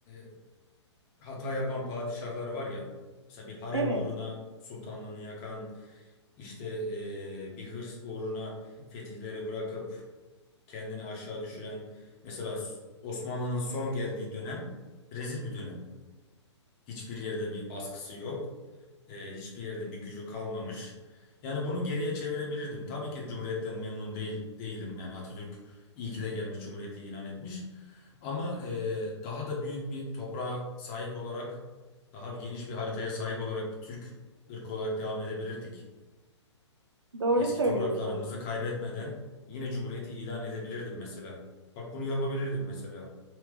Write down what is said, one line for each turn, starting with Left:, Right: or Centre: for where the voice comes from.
Left: e, hata yapan padişahlar var ya. Mesela bir harem
Right: Evet,
Left: uğruna sultanlığını yakan, işte eee, bir hırs uğruna fetihleri bırakıp kendini aşağı düşüren. Mesela Osmanlı'nın son geldiği dönem rezil bir dönem. Hiçbir yerde bir baskısı yok. E, hiçbir yerde bir gücü kalmamış. Yani bunu geriye çevirebilirdim. Tabii ki Cumhuriyet'ten memnun değil değilim. Yani Atatürk iyi ki de gelmiş Cumhuriyeti ilan etmiş. Ama e, daha da büyük bir toprağa sahip olarak, daha bir geniş bir haritaya sahip olarak bir Türk ırkı olarak devam edebilirdik.
Right: doğru
Left: Eski
Right: söylüyorsun.
Left: topraklarımızı kaybetmeden yine Cumhuriyeti ilan edebilirdim mesela. Bak bunu yapabilirdim mesela.